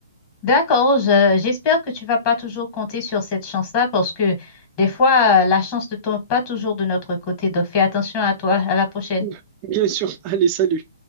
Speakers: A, on the left; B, on the right.
A: D'accord, je- j'espère que tu vas pas toujours compter sur cette chance-là parce que des fois, euh, la chance ne tombe pas toujours de notre côté. Donc fais attention à toi. À la prochaine.
B: <laughs> Bien sûr. Allez, salut.